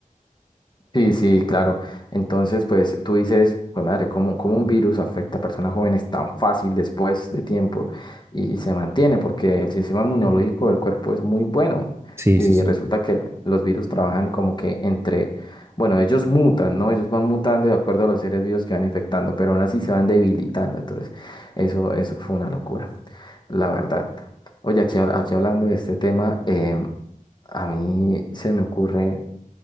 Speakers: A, on the left; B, on the right.
A: Sí, sí, claro. Entonces, pues tú dices, pues madre, ¿cómo, cómo un virus afecta a personas jóvenes tan fácil después de tiempo y, y se mantiene? Porque el sistema inmunológico del cuerpo es muy bueno
B: Sí,
A: y
B: sí, sí.
A: resulta que los virus trabajan como que entre, bueno, ellos mutan, ¿no? Ellos van mutando de acuerdo a los seres vivos que van infectando, pero aún así se van debilitando. Entonces, eso, eso fue una locura, la verdad. Oye, aquí, hab- aquí hablando de este tema, em, a mí se me ocurre